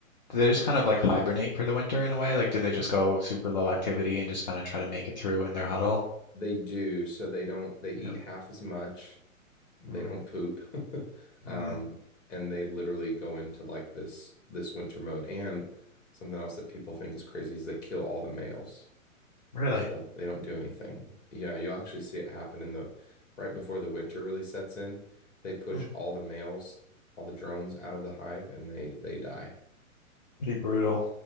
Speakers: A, on the left (about 35°); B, on the left (about 60°).
A: Do they just kind of like hibernate for the winter in a way? Like, do they just go super low activity and just kind of try to make it through in their huddle?
B: They do, so they don't they eat
A: Yeah.
B: half as much, they
A: Mm,
B: don't poop. <laughs> Um,
A: mm,
B: and they literally go into like this this winter mode. And something else that people think is crazy is they kill all the males.
A: really?
B: So they don't do anything. Yeah, you'll actually see it happen in the right before the winter really sets in. They push
A: Hmm,
B: all the males, all the drones out of the hive and they they die.
A: Pretty brutal.